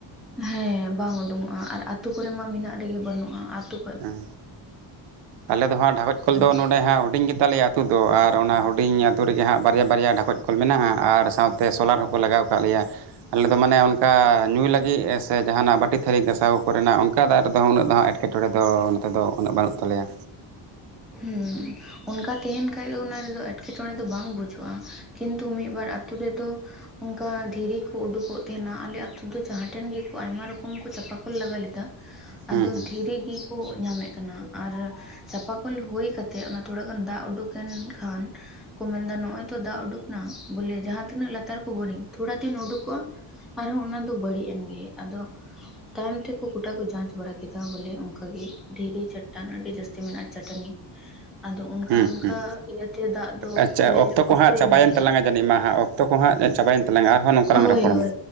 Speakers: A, in the centre; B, on the right.
A: ᱦᱮᱸ ᱵᱟᱝ ᱩᱰᱩᱠᱚᱜ-ᱟ ᱟᱨ ᱟᱛᱩ ᱠᱚᱨᱮ ᱢᱟ ᱢᱤᱱᱟᱜ ᱨᱮᱜᱮ ᱵᱟᱹᱱᱩᱜᱼᱟ ᱟᱛᱩ
B: ᱦᱮᱸ ᱟᱞᱮ ᱫᱚ ᱦᱟᱸᱜ ᱰᱷᱮᱜᱚᱡ ᱠᱚᱞ
A: ᱟᱫᱚ
B: ᱫᱚ ᱱᱚᱰᱮ ᱦᱟᱸᱜ ᱦᱩᱰᱤᱧ ᱜᱮᱼᱼ ᱛᱟᱞᱮᱭᱟ ᱟᱛᱩ ᱫᱚ ᱟᱨ ᱚᱱᱟ ᱦᱩᱰᱤᱧ ᱟᱹᱛᱩ ᱨᱮᱜᱮ ᱦᱟᱸᱜ ᱵᱟᱨᱭᱟ ᱵᱟᱨᱭᱟ ᱰᱷᱟᱠᱚᱡ ᱠᱚᱞ ᱢᱮᱱᱟᱜ-ᱟ ᱟᱨ ᱥᱟᱶᱼᱼ ᱛᱮ ᱥᱳᱞᱟᱨ ᱦᱚᱸᱠᱚ ᱞᱟᱜᱟᱣ ᱠᱟᱫ ᱞᱮᱭᱟ᱾ ᱟᱞᱮ ᱫᱚ ᱢᱟᱱᱮ ᱚᱱᱠᱟ ᱧᱩᱭ ᱞᱟᱜᱤᱫ ᱥᱮ ᱡᱟᱦᱟᱸᱱᱟᱜ ᱵᱟᱴᱤ ᱛᱷᱟᱨᱤ ᱜᱟᱥᱟᱣ ᱠᱚᱨᱮᱱᱟᱜ ᱚᱱᱠᱟ ᱫᱟᱜ ᱨᱮᱫᱚ ᱩᱱᱟᱹᱜ ᱫᱚ ᱦᱟᱜ ᱮᱴᱠᱮᱼᱼ ᱴᱚᱬᱮ ᱫᱚ ᱱᱚᱛᱮ ᱫᱚ ᱩᱱᱟᱹᱜ ᱵᱟᱱᱩᱜ ᱛᱟᱞᱮᱭᱟ᱾
A: ᱦᱩᱸ ᱚᱱᱠᱟ ᱛᱟᱦᱮᱸᱱ ᱠᱷᱟᱡ ᱫᱚ ᱩᱱᱟ ᱨᱮᱫᱚ ᱮᱴᱠᱮ ᱴᱚᱬᱮ ᱫᱚ ᱵᱟᱝ ᱵᱩᱡᱚᱜᱼᱟ᱾ ᱠᱤᱱᱛᱩ ᱢᱤᱫ ᱵᱟᱨ ᱟᱛᱩ ᱨᱮᱫᱚᱼᱼ ᱚᱝᱠᱟ ᱫᱷᱤᱨᱤ ᱠᱩ ᱩᱰᱩᱠᱚᱜ ᱛᱟᱦᱮᱸᱱᱟ ᱟᱞᱮ ᱟᱛᱩ ᱫᱚ ᱡᱟᱦᱟᱸ ᱴᱷᱮᱱ ᱜᱮᱠᱚ ᱟᱭᱢᱟ ᱨᱚᱠᱚᱢ ᱠᱚ ᱪᱟᱯᱟ ᱠᱚᱞ ᱞᱟᱜᱟ ᱞᱮᱫᱟ᱾
B: ᱦᱩᱸ
A: ᱟᱫᱚ
B: ᱦᱩᱸ
A: ᱫᱷᱤᱨᱤ ᱜᱮᱠᱩ ᱧᱟᱢᱮᱫ ᱠᱟᱱᱟ ᱟᱨ ᱪᱟᱯᱟᱼᱼ ᱠᱚᱞ ᱦᱩᱭ ᱠᱟᱛᱮᱫ ᱩᱱᱟ ᱛᱷᱩᱲᱟ ᱜᱟᱱ ᱫᱟᱜ ᱩᱰᱩᱠ ᱮᱱ ᱠᱷᱟᱱ ᱠᱚ ᱢᱮᱱᱫᱟ ᱱᱚᱜᱼᱚᱭ ᱛᱚ ᱫᱟᱜ ᱩᱰᱩᱠ ᱮᱱᱟ ᱵᱚᱞᱮ ᱡᱟᱦᱟᱸ ᱛᱤᱱᱟᱹᱜ ᱞᱟᱛᱟᱨ ᱠᱚ ᱵᱚᱨᱤᱝ ᱛᱷᱩᱲᱟ ᱫᱤᱱ ᱩᱰᱩᱠᱚᱜᱼᱟ ᱟᱨᱦᱚᱸ ᱚᱱᱟ ᱫᱚ ᱵᱟᱹᱲᱤᱡ ᱮᱱ ᱜᱮ ᱟᱫᱚᱼᱼ ᱛᱟᱭᱚᱢ ᱛᱮᱠᱩ ᱜᱩᱴᱟ ᱠᱚ ᱡᱟᱸᱪ ᱵᱟᱲᱟ ᱠᱮᱫᱟ ᱵᱚᱞᱮ ᱚᱱᱠᱟᱜᱮ ᱫᱷᱤᱨᱤ ᱪᱟᱴᱟᱱ ᱟᱰᱤ ᱡᱟᱹᱥᱛᱤ ᱢᱮᱱᱟᱜᱼᱟ ᱪᱟᱴᱱᱤ ᱟᱫᱚ ᱩᱱᱠᱟ
B: ᱦᱩᱸ
A: ᱩᱱᱠᱟ
B: ᱦᱩᱸ
A: ᱤᱭᱟᱹᱛᱮ ᱫᱟᱜ ᱫᱚ
B: ᱟᱪᱪᱷᱟ
A: ᱞᱮ
B: ᱚᱠᱛᱚ
A: ᱠᱚᱥᱴᱚᱭᱮᱱ
B: ᱠᱚ ᱦᱟᱸᱜ ᱪᱟᱵᱟᱭᱮᱱ
A: ᱜᱮᱭᱟ᱾
B: ᱛᱟᱞᱟᱝᱟ ᱡᱟᱹᱱᱤᱡ ᱢᱟ ᱦᱟᱸᱜ ᱚᱠᱛᱚ ᱠᱚ ᱦᱟᱸᱜ ᱪᱟᱵᱟᱭᱮᱱ ᱛᱟᱞᱟᱝᱟ ᱟᱨᱦᱚᱸ ᱱᱚᱝᱠᱟᱞᱟᱝ
A: ᱦᱳᱭ
B: ᱨᱚᱯᱚᱲᱟᱢᱟᱼᱼ
A: ᱦᱳᱭ